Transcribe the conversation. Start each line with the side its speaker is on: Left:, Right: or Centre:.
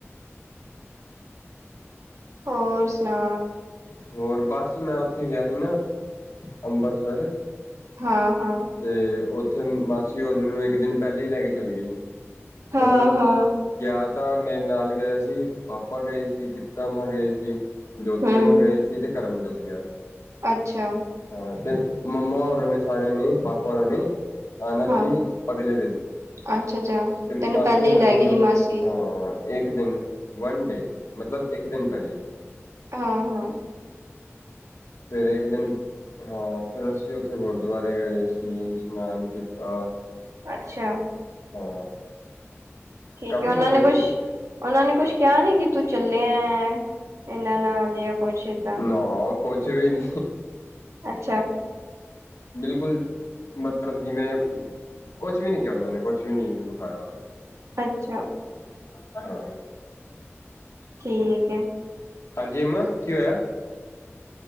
Right: ਹੋਰ ਸੁਣਾ
Left: ਹੋਰ ਬਸ ਮੈਂ ਉੱਥੇ ਗਿਆ ਸੀ ਨਾ ਅੰਬਰਸਰ
Right: ਹਾਂ ਹਾਂ
Left: ਤੇ ਉੱਥੇ ਮਾਸੀ ਔਰ ਮੈਨੂੰ ਇੱਕ ਦਿਨ ਪਹਿਲੇ ਹੀ ਲੈ ਕੇ ਚਲੇ ਗਏ ਸੀ
Right: ਹਾਂ
Left: ਮਤਲਬ
Right: ਹਾਂ
Left: ਗਿਆ ਤਾਂ ਮੇਰੇ ਨਾਲ ਗਏ ਹੋਏ ਸੀ ਪਾਪਾ ਗਏ ਸੀ ਤਾ ਅੰਮਾਂ ਗਏ ਸੀ ਜੋਤੀ
Right: ਹੂੰ
Left: ਅੰਮਾ ਗਏ ਸੀ ਤੇ ਕਰਮਜੋਤ ਗਿਆ ਸੀ
Right: ਅੱਛਾ
Left: ਹਾਂ ਤੇ ਮੰਮਾ ਹੋਰਾਂ ਨੇ ਸਾਰਿਆਂ ਨੇ ਪਾਪਾ ਔਰਾਂ ਨੇਂ ਆਨਾ
Right: ਹਾਂ
Left: ਸੀ, ਅਗਲੇ ਦਿਨ।
Right: ਅੱਛਾ ਅੱਛਾ
Left: ਤੇ
Right: ਤੈਨੂੰ
Left: ਮਾਸੀ
Right: ਪਹਿਲੇ ਹੀ
Left: ਹੋਰ
Right: ਲੈ
Left: ਮੈਨੂੰ,
Right: ਗਈ ਸੀ ਮਾਸੀ
Left: ਹਾਂ ਇੱਕ ਦਿਨ, ਵਨ ਡੇ ਮਤਲਬ ਇੱਕ ਦਿਨ ਪੈਲੇ।
Right: ਆਹਾਂ।
Left: ਫੇਰ ਇਕ ਦਿਨ ਹਾਂ, ਫਿਰ ਅਸੀਂ ਉੱਥੇ ਗੁਰਦੁਆਰੇ ਗਏ ਸੀ, ਸ਼ਸ਼ਨਾਨ ਕੀਤਾ।
Right: ਅੱਛਾ
Left: ਹਾਂ
Right: ਠੀਕ
Left: ਕਾਫ਼ੀ
Right: ਹੈ, ਉਹਨਾਂ
Left: ਵਧੀਆ
Right: ਨੇ ਕੁਸ਼
Left: ਸੀ
Right: ਉਹਨਾਂ ਨੇ ਕੁਛ ਕਿਆ ਨੀ ਕਿ ਤੂੰ ਚੱਲੇਆਂ ਇਹਨਾਂ ਨਾਲ। ਕੁਛ ਏਦਾਂ
Left: ਨਾ, ਕੁਛ ਵੀ ਨੀ।
Right: ਅੱਛਾ
Left: ਬਿਲਕੁਲ, ਮਤਲਬ ਜਿਵੇਂ ਕੁਛ ਵੀ ਨੀ ਚਾਹੁੰਦੇ ਨੇ ਕੁਛ ਕੁਝ ਵੀ ਨਹੀਂ ਵਿਖਾਇਆ
Right: ਅੱਛਾ
Left: <unintelligible> ਹਾਂ
Right: ਠੀਕ ਏ।
Left: ਹਾਂਜੀ, ਅੱਮਾ ਕਿ ਹੋਇਆ?